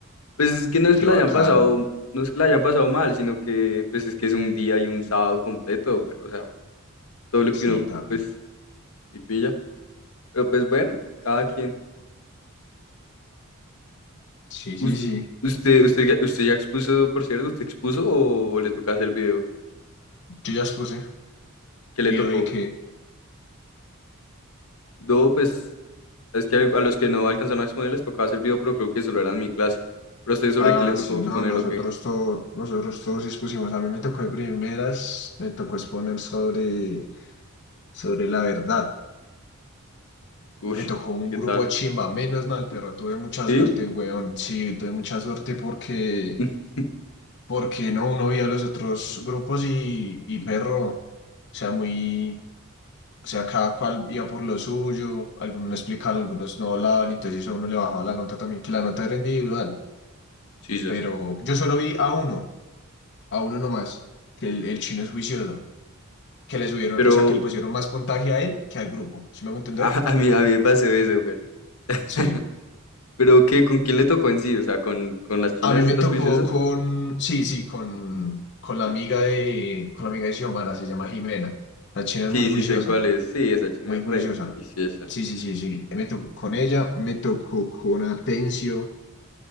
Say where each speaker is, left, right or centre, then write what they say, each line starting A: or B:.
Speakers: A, on the left; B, on the left.
A: Pues es que no es
B: Qué
A: que la
B: bacano.
A: hayan pasado, no es que la hayan pasado mal, sino que pues es que es un día y un sábado completo, pero o sea, todo lo
B: Sí,
A: que uno
B: también.
A: pues sí pilla. Pero pues bueno, cada quien.
B: Sí, sí,
A: Us-
B: sí.
A: usted, usted, ya- usted ya expuso, por cierto, ¿usted expuso o, o le toca hacer video?
B: Yo ya expuse.
A: ¿Qué
B: Vio
A: le tocó?
B: de que.
A: No, pues es que a los que no alcanzaron a exponer les tocaba hacer video, pero creo que solo eran mi clase. Pero a usted sobre
B: Ah,
A: qué le tocó
B: sí,
A: exponer
B: no, nosotros
A: o qué?
B: todos, nosotros todos expusimos. A mí me tocó de primeras, me tocó exponer sobre, sobre la verdad.
A: Uy,
B: Me tocó un
A: ¿y qué
B: grupo
A: tal?
B: chimba, menos mal, pero tuve mucha
A: ¿Sí?
B: suerte, weón. Sí, tuve mucha suerte porque,
A: <laughs>
B: porque no, uno veía los otros grupos y, y perro, o sea, muy O sea, cada cual iba por lo suyo, algunos no explicaban, algunos no hablaban, y entonces eso a uno le bajaba la nota también, que la nota era individual.
A: Jesus.
B: Pero yo solo vi a uno, a uno nomás, que el, el chino es juicioso, que le subieron,
A: Pero
B: o sea, que le pusieron más puntaje a él que al grupo. ¿Sí me hago entender?
A: a, a mí, a mí me pasó eso, Perry. <laughs>
B: Sí.
A: ¿Pero qué? ¿Con quién le tocó en sí? O sea, ¿con, con las chinas
B: A mí me
A: estas
B: tocó
A: juiciosas?
B: con, sí, sí, con, con la amiga de, con la amiga de Xiomara, se llama Jimena. La china es
A: Sí,
B: muy juiciosa,
A: sí sé cuál es. Sí, esa china
B: muy
A: es
B: juiciosa.
A: re juiciosa.
B: Sí, sí, sí, sí. Me tocó con ella, me tocó con Atencio.